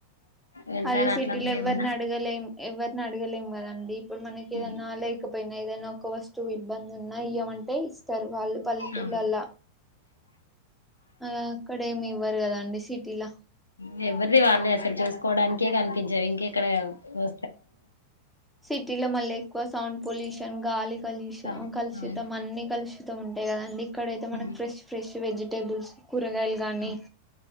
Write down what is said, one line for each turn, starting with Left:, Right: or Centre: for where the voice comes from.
Left: వెళ్తారా
Centre: అదే సిటీలో
Left: అట్లా మీరేమన్నా
Centre: ఎవ్వరి న అడగలేం ఎవరిని అడగలేం కదండి ఇప్పుడు మనకి
Left: ఉమ్,
Centre: ఏదన్న లేకపోతే పోయినా ఏదైనా ఒక వస్తువు ఇబ్బంది ఉన్నా ఇయ్యమంటే ఇస్తారు వాళ్ళు పల్లెటూరులో
Left: అవును
Centre: అలా ఆ అక్కడ ఏమి ఇవ్వరు కదా అండి సిటీలా
Left: ఉమ్. ఎవరిది వాళ్ళే అసలు చూసుకోవడానికే కనిపించవి ఇంక ఎక్కడ వ
Centre: సిటీలో మళ్ళీ ఎక్కువ సౌండ్ పొల్యూషన్ గాలి కలుష
Left: అవును
Centre: కలుషితం
Left: అవును
Centre: అన్ని కలుషితం ఉంటాయి కదండి ఇక్కడైతే మనకి
Left: ఉమ్,
Centre: ఫ్రెష్ ఫ్రెష్ వెజిటేబుల్స్ కూరగాయలు గానీ,
Left: అవును